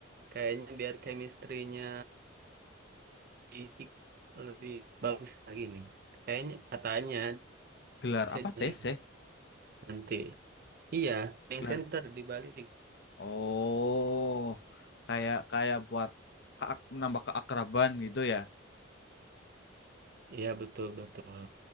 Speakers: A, on the right (about 50°); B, on the left (about 60°).
A: kayaknya biar chemistry-nya i- i- lebih bagus lagi nih. Kayaknya katanya
B: Gelar
A: saya
B: apa
A: Bali
B: tes sih?
A: nanti. Iya, yang
B: Gelar.
A: center di Bali.
B: Oh, kayak kayak buat keak- menambah keakraban gitu ya.
A: Iya, betul betul.